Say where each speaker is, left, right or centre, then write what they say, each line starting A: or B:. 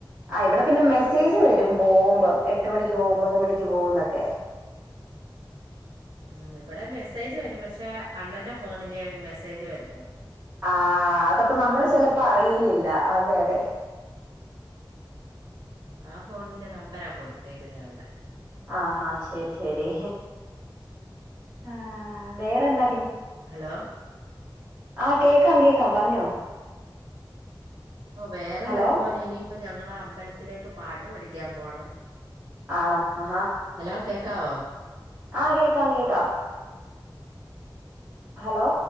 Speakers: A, on the right; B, on the right.
A: ആഹ് ഇവിടെ പിന്നെ മെസ്സേജ് വരും പോകുമ്പോം എട്ട് മണിക്ക് പോവും ഒമ്പത് മണിക്ക് പോകുന്ന് ന്നോക്കെ
B: ഉം ഇവിടെ മെസ്സേജ് വരും പക്ഷെ അണ്ണന്റെ ഫോണിലെ മെസ്സേജ് വര
A: ആഹ് അതപ്പ നമ്മൾ ചിലപ്പോ അറിയലില്ല അതെ അതെ
B: ആ ഫോണിന്റെ നമ്പറാ കൊടുത്തേക്കുന്ന അവിടെ
A: ആഹാ ശരി ശരി ആ വേറെന്ന
B: ഹലോ
A: ആ കേക്കാം കേക്കാം പറഞ്ഞോ
B: ഓ വേറെ
A: ഹലോ
B: നാണ്ടമാനെ ഇനി ഇപ്പൊ ഞങ്ങടെ അമ്പലത്തിലേക്ക് പാട്ട് പഠിക്കാൻ പോണം
A: ആണോ ഹ ഹാ
B: ഹലോ കേക്കാവോ?
A: ആ കേക്കാം ത ഹലോ